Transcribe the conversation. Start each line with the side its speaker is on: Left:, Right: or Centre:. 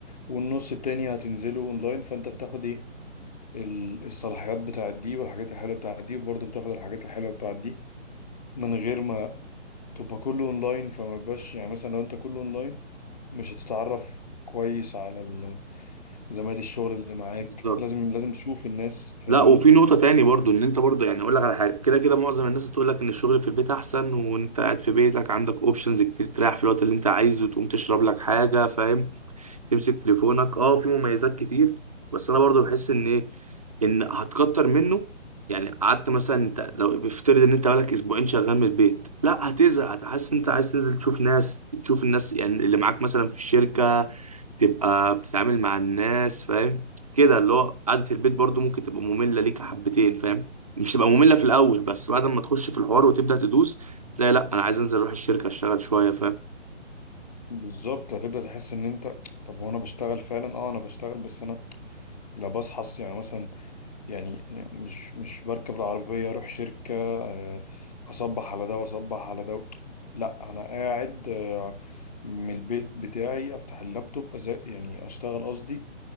Left: والنص التاني هتنزله اونلاين فانت بتاخد ايه ال- الصلاحيات بتاعت دي والحاجات الحلوه بتاعت دي وبرضه بتاخد الحاجات الحلوه بتاعت دي من غير ما تبقى كله اونلاين فما بقاش يعني مثلا لو انت كله اونلاين مش هتتعرف كويس على ال- زمايل الشغل اللي معاك
Right: بالظبط
Left: لازم لازم تشوف الناس فاهمني
Right: لا وفي نقطه تاني برضو ان انت برضو يعني اقول لك على حاجه كده كده معظم الناس تقول لك ان الشغل في البيت احسن وانت قاعد في بيتك عندك اوبشنز كتير تريح في الوقت اللي انت عايزه تقوم تشرب لك حاجه فاهم تمسك تليفونك اه في مميزات كتير بس انا برضو بحس ان ايه ان هتكتر منه يعني قعدت مثلا انت لو افترض ان انت بقالك اسبوعين شغال من البيت لا هتزهق هتحس انت عايز تنزل تشوف ناس تشوف الناس يعني اللي معاك مثلا في الشركة تبقى بتتعامل مع الناس فاهم كده اللي هو قعدة البيت برضو ممكن تبقى مملة ليك حبتين فاهم مش تبقى مملة في الاول بس بعد ما تخش في الحوار وتبدأ تدوس تلاقي لا انا عايز انزل اروح الشركة اشتغل شوية فاهم
Left: بالظبط هتبدأ تحس ان انت طب هو انا بشتغل فعلا اه انا بشتغل بس انا لا بصحى الص- يعني مثلا يعني مش مش بركب العربية اروح شركة آه، اصبح على ده واصبح على ده لا انا قاعد آه، من البيت بتاعي افتح اللابتوب أذا- يعني اشتغل قصدي